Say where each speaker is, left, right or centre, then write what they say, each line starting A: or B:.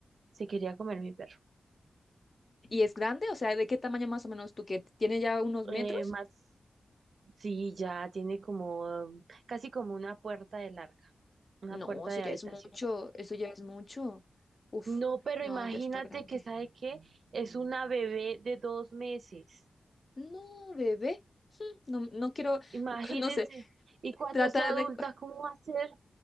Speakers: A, on the right (about 75°); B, on the left (about 40°).
A: se quería comer mi perro.
B: ¿Y es grande? O sea, ¿de qué tamaño más o menos tú que tiene ya unos metros?
A: Eh, más, sí, ya tiene como um, casi como una puerta de larga, una
B: No,
A: puerta
B: eso
A: de
B: ya
A: habitación.
B: es mucho, eso ya es mucho. Uf,
A: No, pero
B: no,
A: imagínate
B: ya está grande.
A: que, ¿sabe qué? Es una bebé de dos meses.
B: No, bebé, no, no quiero,
A: Imagínese.
B: <laughs> no sé,
A: Y cuando
B: trata
A: sea adulta,
B: de,
A: ¿cómo va a ser?